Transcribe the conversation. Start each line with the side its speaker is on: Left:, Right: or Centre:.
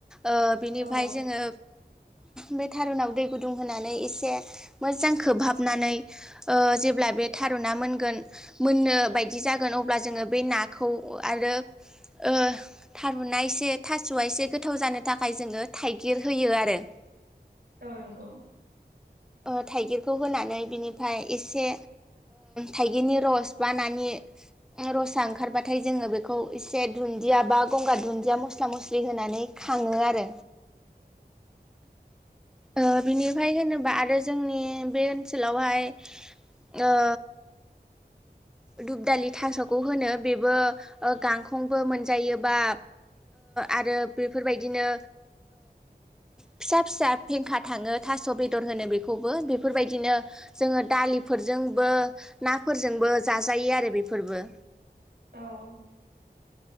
Centre: ओ बिनिफ्राय
Right: औ
Centre: जोङो बे थारुनाव दै गुदुं होनानै एसे मोजां खोबहाबनानै ओ जेब्ला बे थारुना मोन गोन मोननो बायदि जागोन जागोन अब्ला जोङो बे नाखौ आरो ओ थारुनना एसे थास'वआ एसे गोथाव जानो थाखाय जोङो थाइगिर होयो आरो।
Right: औ नंगौ औ
Centre: अ थाइगिरखौ होनानै बिनिफ्राय एसे थाइगिरनि रस बा नानि रसा ओंखारबाथाय जोङो बेखौ एसे दुन्दिया बा गंगार दुन्दिया मस्ला मस्लि होनानै खाङो आरो ओ बिनिफ्राय होनोबा आरो जोंनि बे ओनसोलावहाय अ दुब दालि थास'खौ होनो बेबो गांखंबो मोनजायोबा आरो बेफोरबायदिनो फिसा फिसा फेंखा थाङो थास' बेदर होनो बेखौबो बेफोरबायदि दिनो जोंङो दालिफोरजों बो नाफोरजोंबो जाजायो आरो बेफोरबो
Right: औ